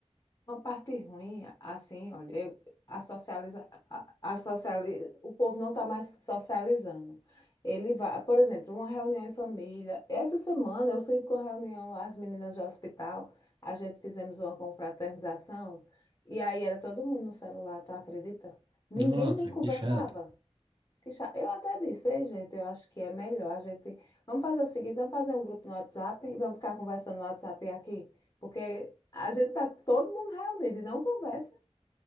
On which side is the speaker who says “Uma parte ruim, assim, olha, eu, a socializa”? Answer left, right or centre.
Left